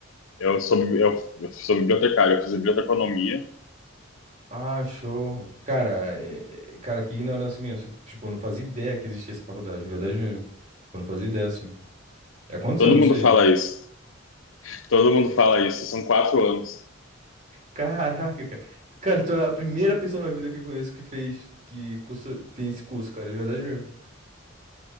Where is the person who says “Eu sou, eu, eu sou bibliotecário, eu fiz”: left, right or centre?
Left